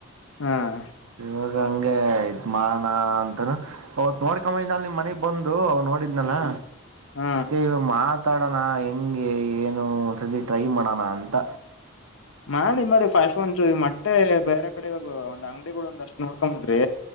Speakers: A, on the left; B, on the right.
A: ಹ್ಮ್
B: ಇವಾಗ ಹಂಗೆ ಯತ್್ ಮಾ ನ ಅಂತಾನ ಅವತ್ ನೋಡ್ಕೊ ನಲ್ಲಿ ನಿಮ್ ಮನೆಗ್ ಬಂದು ಅವ್ ನೋಡಿದ ಇನಲ್ಲವ
A: ಹಾ
B: ಮಾತ್ ಮಾತಾಡೋಣ ಹೆಂಗೆ ಏನು ಒಂದ್ಸತಿ ಟ್ರೈ ಮಾಡೋಣ ಅಂತ
A: ಮಾಡಿ ಮಾಡಿ ಫಸ್ಟ್ ಒಂದಚೂರ್ ಮೊಟ್ಟೆ ಬೇರೆ,, ಕಡೆ ಒಂದ್ ಅಂಗಡಿಗಳು ಒಂದ್ ಅಷ್ಟ್ ನೋಡ್ಕೊ ಬಿಡ್ರಿ